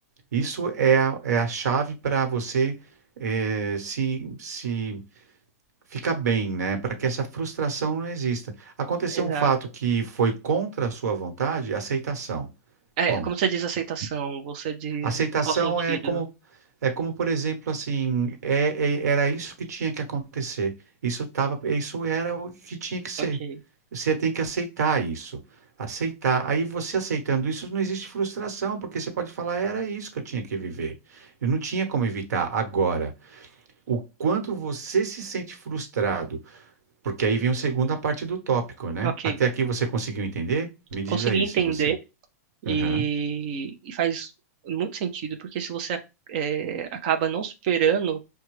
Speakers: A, on the right; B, on the right.
A: Isso é a, é a chave para você eh, se, se ficar bem, né? Para que essa frustração não exista. Aconteceu
B: Exato.
A: um fato que foi contra a sua vontade, aceitação.
B: É,
A: Ponto.
B: como você diz aceitação, você diz
A: Aceitação
B: em qual sentido?
A: é como, é como, por exemplo, assim, é, é- era isso que tinha que acontecer. Isso tava, isso era o que tinha que ser.
B: Ok.
A: Você tem que aceitar isso. Aceitar. Aí você aceitando isso, não existe frustração, porque você pode falar, era isso que eu tinha que viver. Eu não tinha como evitar. Agora, o quanto você se sente frustrado, porque aí vem a segunda parte do tópico, né?
B: Ok.
A: Até aqui você conseguiu entender? Me diz
B: Consegui
A: aí
B: entender
A: se você.
B: e,
A: Aham.
B: e faz muito sentido, porque se você é, acaba não superando